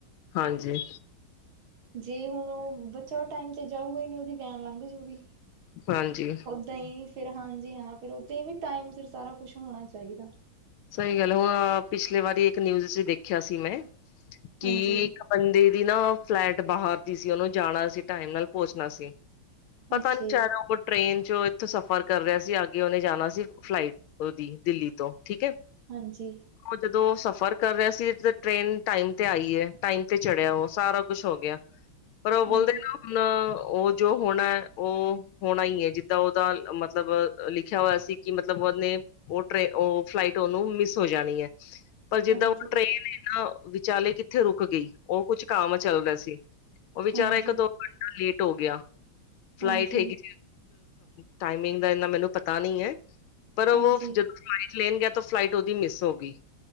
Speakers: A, on the left; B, on the right.
A: ਹਾਂਜੀ
B: ਜੇ ਹੁਣ ਉਹ ਬੱਚਾ ਟਾਈਮ ਤੇ ਜਾਊਗਾ ਨੀ ਉਹਦੀ ਵੇਨ ਲੰਘ ਜਾਊਗੀ
A: ਹਾਂਜੀ
B: ਤਾ ਹੀ ਫੇਰ ਹਾਂਜੀ ਹਾਂ ਫਿਰ ਓਦਾਂ ਹੀ ਵੀ ਟਾਈਮ ਸਿਰ ਸਾਰਾ ਕੁਛ ਹੋਣਾ ਚਾਹੀਦਾ
A: ਸਹੀ ਗੱਲ ਹੁਣ ਪਿਛਲੇ ਵਾਰੀ ਇੱਕ ਨਿਊਜ਼ ਚ ਦੇਖਿਆ ਸੀ ਮੈਂ ਕਿ
B: ਹਾਂਜੀ
A: ਬੰਦੇ ਦੀ ਨਾ ਫਲੈਟ ਬਾਹਰ ਦੀ ਸੀ ਉਹਨੂੰ ਜਾਣਾ ਸੀ ਟਾਈਮ ਨਾਲ ਪਹੁੰਚਣਾ ਸੀ ਪਤਾ
B: ਅੱਛਾ
A: ਨੀ ਚ
B: ਜੀ
A: ਰਿ ਟ੍ਰੇਨ ਚੋਂ ਇੱਥੋਂ ਸਫ਼ਰ ਕਰ ਰਿਹਾ ਸੀ ਅਗੇ ਉਹਨੇ ਜਾਣਾ ਸੀ ਫਲਾਈਟ ਦੀ ਦਿੱਲੀ ਤੋਂ ਠੀਕ
B: ਹਾਂਜੀ
A: ਉਹ ਜਦੋਂ ਸਫ਼ਰ ਕਰ ਰਿਹਾ ਸੀ ਟ੍ਰੇਨ ਟਾਈਮ ਤੇ ਆਈ ਹੈ ਟਾਈਮ ਤੇ ਚੜਿਆ ਉਹ ਸਾਰਾ ਕੁਛ ਹੋ ਗਿਆ‌। ਪਰ ਉਹੋਦੇ।
B: ਹਾਂਜੀ
A: ਹੁਣ ਉਹ ਜੋ ਹੋਣਾ ਹੈ ਉਹ ਹੋਣਾ ਹੀ ਹੈ ਜਿੱਦਾਂ ਉਹਦਾ ਮਤਲਬ ਲਿਖਿਆ ਹੋਇਆ ਸੀ। ਕਿ ਮਤਲਬ ਉਹਨੇ ਉਹ ਟ ਉਹ ਫਲਾਈਟ। ਮਿਸ ਹੋ ਜਾਣੀ ਹੈ, ਪਰ ਜਿੱਦਾਂ
B: ਹਾਂਜੀ
A: ਉਹ ਟ੍ਰੇਨ ਨਾ ਵਿਚਾਲੇ। ਉੱਥੇ ਰੁਕ ਗਈ ਉਹ ਕੁਛ ਕੰਮ ਚੱਲ ਰਿਹਾ ਸੀ ਉਹ ਵਿਚਾਰਾ
B: ਹਾਂਜੀ
A: ਇੱਕ ਦੋ ਘੰਟੇ। ਲੇਟ ਹੋ ਗਿਆ ਫਲਾਈਟ
B: ਹਾਂਜੀ
A: ਹੈਗੀ। ਟਾਈਮਿੰਗ ਦਾ ਇਨਾ ਮੈਨੂੰ ਪਤਾ ਨੀ ਹੈ, ਪਰ ਉਹ
B: ਹਾਂਜੀ
A: ਜਦੋਂ ਫਲਾਈਟ ਲੈਣ ਗਿਆ। ਫਲਾਈਟ ਉਹਦੀ ਮਿਸ ਹੋ ਗਈ